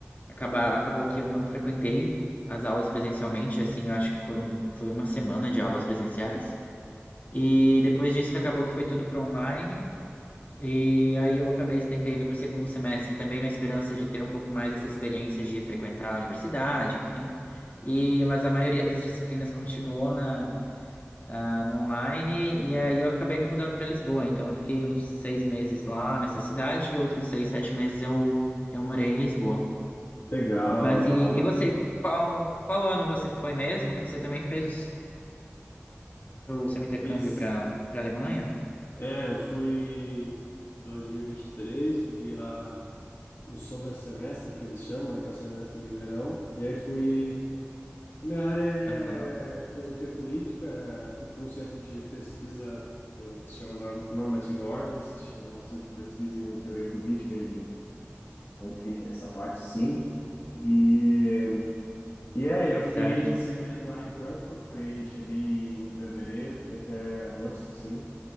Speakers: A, on the left; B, on the left.
A: acaba, acabou que eu não frequentei as aulas presencialmente, assim, eu acho que foram, foi uma semana de aulas presenciais. E depois disso acabou que foi tudo para online. E aí eu acabei estendendo para o segundo semestre também na esperança de ter um pouco mais essa experiência de frequentar a universidade, enfim. E mas a maioria das disciplinas continuou na ah, no online e aí eu acabei me mudando para Lisboa. Então eu fiquei uns seis meses lá nessa cidade e outros seis, sete meses eu eu morei em Lisboa.
B: Legal,
A: Mas
B: legal.
A: e, e você? Qual qual ano você foi mesmo? Que você também fez o seu, o seu intercâmbio
B: Fiz,
A: para para Alemanha?
B: é, eu fui em 2023, fiquei lá no summer semestre, que eles chamam, né, que é o semestre de verão. E aí fui. a Minha área
A: Aham,
B: é filosofia política, eh, fui para um centro de pesquisa que eu- que se chama Norm- Normative Orders, que é um centro de pesquisa em teoria política e, enfim, essa parte sim. E, e aí, eu fiquei
A: certo.
B: seis meses lá em Frankfurt, fiquei, cheguei em fevereiro, fiquei até agosto, assim.